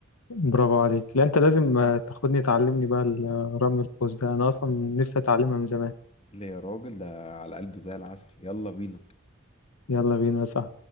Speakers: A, on the left (about 85°); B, on the left (about 25°).
A: برافو عليك لا انت لازم آه، تاخدني تعلمني بقى ال- آه، رمي القوس ده انا اصلا نفسي اتعلمها من زمان
B: ليه يا راجل ده على قلبي زي العسل يلا بينا
A: يلا بينا صح